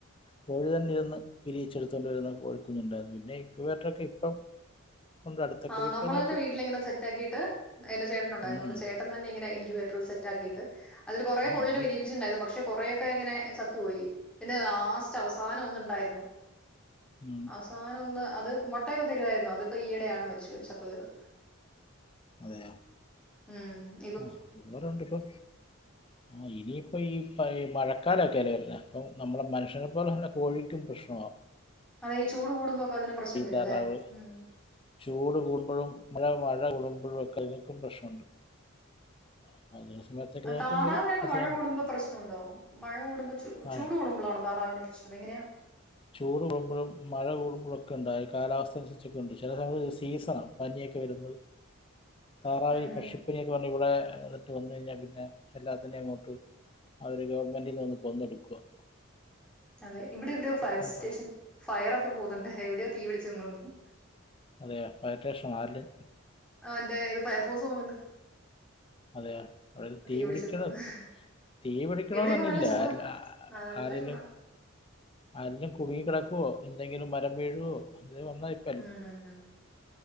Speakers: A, on the left; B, in the centre.
A: കോഴി തന്നെ ഇരുന്ന് പിരിയിച്ചെടുത്തൊണ്ട വരുന്ന കോഴിക്കുഞ്ഞുണ്ടായിരുന്നു പിന്നെ ഇക്വേറ്റർ ഒക്കെ ഇപ്പം ഉണ്ട് അടുത്തൊക്കെ
B: ആഹ്
A: വീട്ടുകളിലൊക്കെ
B: നമ്മൾ തന്നെ വീട്ടിലിങ്ങനെ
A: ഉണ്ട്
B: സെറ്റ് ആക്കിയിട്ട് എന്റെ ചേട്ടന ഉണ്ടായിരുന്നു
A: ഉം
B: ചേട്ടൻ ന്നെ ഇങ്ങനെ ഇൻയവേറ്റർ സെറ്റാക്കിട്ട് അതില് കുറെ
A: ആ
B: കൊഴിനെ
A: അത്
B: വിരിയിപ്പിച്ചട്ടണ്ടായിരുന്നു പക്ഷെ കൊറെക്കെ ഇങ്ങനെ ചത്തുപോയി പിന്നെ ലാസ്റ്റ് അവസാനം ഒന്ന്ണ്ടായിരുന്നു
A: ഉം
B: അവസാനം ഒന്ന് അത് മുട്ടയൊക്കെ തരുവായിരുന്നു അതിപ്പോ ഈയിടെയാണ് മരിച്ചത് ശത്തുപോയത്
A: അതെ
B: ഉും
A: ആഹ് അറെണ്ട് ഇപ്പൊ ആ ഇനിയിപ്പോൾ ഈഈ മഴക്കാലൊക്കെല്ലേ വരുന്നത് അപ്പം നമ്മളെ മനുഷ്യനെ പോലെ തന്നെ കോഴിക്കും പ്രശ്നാവും.
B: അതെ ഈചൂട് കൂടുമ്പോൊക്കെ അതിനും പ്രശ്നം വരുംല്ലേ?
A: താറാവ്
B: ഉം
A: ചൂട് കൂടുമ്പ്പോഴും മഴ മഴകൂടുമ്പോഴും ഒക്കെ അനങ്ങൾക്കും പ്രശ്നമുണ്ട്. <unintelligible>
B: താറാവിനൊക്കെ
A: വരും അസുഖം
B: മഴ കൂടുമ്പോ പ്രശ്നണ്ടോ? മഴ കൂടുമ്പോ ചൂട്
A: ആ,
B: കൂടുമ്പോആണോ താറാവിന്റെ പ്രശ്നം? അതെങ്ങനെ?
A: ചൂട് കൂടുമ്പോഴും, മഴ കൂടുമ്പോഴൊക്കെ ഉണ്ടായി, കാലാവസ്ഥ അനുസരിച്ചൊക്കെ ഉണ്ട്. ചിലത് അത് സീസണാണ്. പനിയൊക്കെ വരുന്നത്
B: <unintelligible>
A: താറാവിനി പക്ഷിപ്പനിയൊക്കെവന്ന്
B: ഉം
A: ഇവിടെ ഇട്ട് വന്ന്കഴിഞ്ഞാൽ പിന്നെ എല്ലാത്തിനെം അങ്ങോട്ട് അവര് ഗവൺമെന്റി നിന്ന് വന്ന് കൊന്നോടുക്കുവാ
B: അതെ, ഇവിടെ എവിടെയോ ഫയർ
A: മൊത്തം
B: സ്റ്റേഷൻ ഫയറ്ഒക്കെ പോകുന്നുണ്ട്. എവിടെയോ തീ പിടിച്ചുന്ന് തോന്നുന്നു.
A: അതെയോ ഫയർ സ്റ്റേഷൻ ആരുടെ
B: ആഹ് ൻ്റെ ഇത് ഫയർഫോഴ്സ് പോന്നുണ്ട്
A: അതയെ എവിടെലും തീ
B: പിടിച്ചെന്ന്
A: പിടിക്കണം
B: തോന്നുന്നു
A: തീ പിടിക്കണം
B: ഇവിടെ ഇപ്പ
A: എന്നില്ല.
B: നല്ല ചൂടാ
A: അല്ല ആഹാ
B: നല്ല
A: ആരെലും
B: ചൂടാ
A: ആരേലും കുടുങ്ങി കിടക്കുവോ, എന്തെങ്കിലും മരം വീഴോ, എന്തെലും വന്നായിരിക്കും.
B: ആഹ് ഹ ഹ